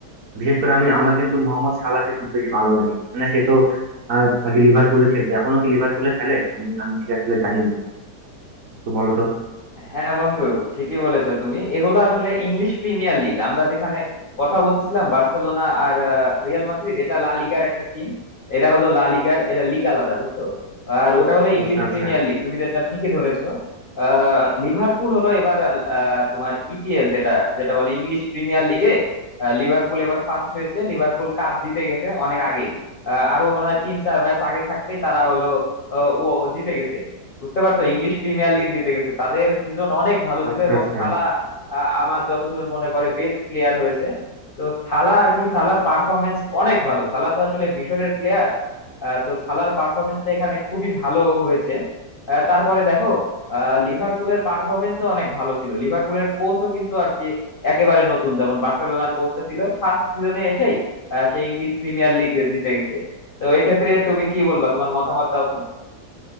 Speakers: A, on the right; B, on the left.
A: বিশেষ করে আমি আমার কিন্তু মোহাম্মদ সালাহকে খুব বেশি ভালো লাগে মানে সে তো আহ, আগে লিভারপুলে খেলতো এখনো কি লিভারপুলে খেলে আমি আমি ঠিক আসলে জানি না তো বলো তো
B: হ্যাঁ বন্ধু ঠিকই বলেছো তুমি এগুলো আসলে ইংলিশ প্রিমিয়ার লিগ আমরা যেখানে কথা বলতেছিলাম বার্সেলোনা আর আহ, রিয়াল মাদ্রিদ এটা লা লিগার একটা টিম এরা হলো লা লিগার এরা লিগ আলাদা বুঝছো আর ওটা হলো ইংলিশ
A: আচ্ছা আচ্ছা
B: প্রিমিয়ার লিগ তুমি যেটা ঠিকই ধরেছো আহ লিভারপুল হলো এবার আহ, তোমার ইপিএল যেটা যেটা বলে ইংলিশ প্রিমিয়ার লিগে আহ, লিভারপুল এবার ফার্স্ট হয়েছে লিভারপুল কাপ জিতে গেছে অনেক আগেই আহ, আরো মনে হয় তিন চার ম্যাচ আগে থাকতেই তারা হলো আহ, ও জিতে গেছে বুঝতে পারছো ইংলিশ প্রিমিয়ার লিগ জিতে গেছে তাদের সিজন অনেক ভালো
A: আচ্ছা
B: ছিল এবং
A: আচ্ছা
B: সালা আ- আমার যতদূর মনে পড়ে বেস্ট প্লেয়ার হয়েছে তো সালা আর কি সালার পারফরমেন্স অনেক ভালো সালা তো আসলে মিশরের প্লেয়ার তো সালার পারফরমেন্সটা এখানে খুবই ভালো হয়েছে আহ, তারপরে দেখো আহ, লিভারপুলের পারফরমেন্সও অনেক ভালো ছিল লিভারপুলের কোচও কিন্তু আর কি একেবারে নতুন যেমন বার্সেলোনার কোচটা ছিল ফার্স্ট সিজনে এসেই আহ, সে ইংলিশ প্রিমিয়ার লিগ জিতে গেছে তো এক্ষেত্রে তুমি কি বলবা তোমার মতামত দাও তো